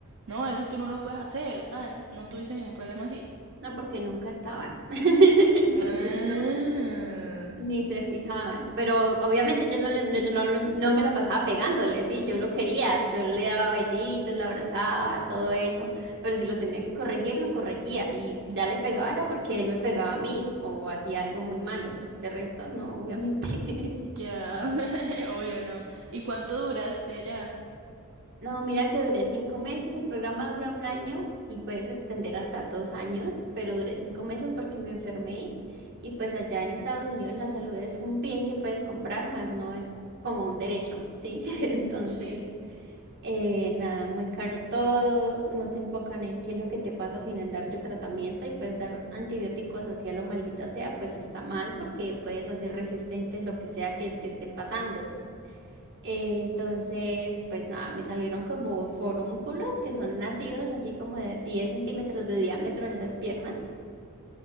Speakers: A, on the right; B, on the right.
A: no, eso tú no lo puedes hacer o tal. ¿No tuviste ningún problema así?
B: no porque nunca estaban. <laughs> Entonces,
A: Ah,
B: no. Ni se fijaban, pero obviamente yo no, le- no- yo no, le- no me la pasaba pegándole, sí, yo lo quería, yo le daba besitos, lo abrazaba, todo eso, pero si lo tenía que corregir, lo corregía y ya le pegaba era porque él me pegaba a mí o hacía algo muy malo, de resto no, obviamente.
A: ya, <laughs> obvio, ¿no? ¿Y cuánto duraste allá?
B: No, mira que duré cinco meses, el programa dura un año y puedes extender hasta dos años, pero duré cinco meses porque me enfermé y pues allá en Estados Unidos la salud es un bien que puedes comprar, más no es como un derecho, ¿sí? <laughs> Entonces,
A: Sí.
B: eh, nada, muy caro todo, no se enfocan en qué es lo que te pasa, sino en darte tratamiento y pues dar antibióticos así a lo maldita sea, pues está mal porque puedes hacer resistentes lo que sea que te esté pasando. Eh, entonces, pues nada, me salieron como forúnculos que son nacidos así como de 10 centímetros de diámetro en las piernas.